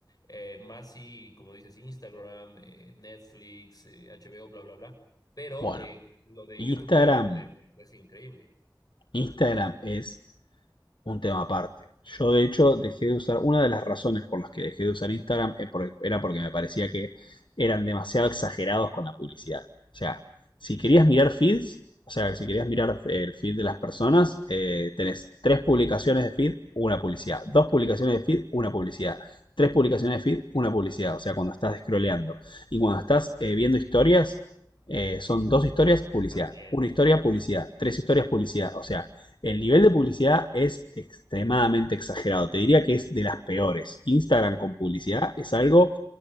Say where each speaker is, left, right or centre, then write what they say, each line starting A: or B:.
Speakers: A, on the left (about 50°); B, on the left (about 80°).
A: eh, más si, como dices, Instagram, eh, Netflix, eh, HBO, bla, bla, bla, pero
B: Bueno,
A: eh, lo de
B: Instagram,
A: YouTube Premium me parece increíble
B: Instagram es un tema aparte. Yo de hecho dejé de usar, una de las razones por las que dejé de usar Instagram eh, era porque me parecía que eran demasiado exagerados con la publicidad. O sea, si querías mirar feeds, o sea, si querías mirar eh, el feed de las personas, eh, tenés tres publicaciones de feed, una publicidad. Dos publicaciones de feed, una publicidad. Tres publicaciones de feed, una publicidad. O sea, cuando estás scrolleando. Y cuando estás eh, viendo historias, eh, son dos historias, publicidad.
A: también.
B: Una historia, publicidad. Tres historias, publicidad. O sea, el nivel de publicidad es extremadamente exagerado. Te diría que es de las peores. Instagram con publicidad es algo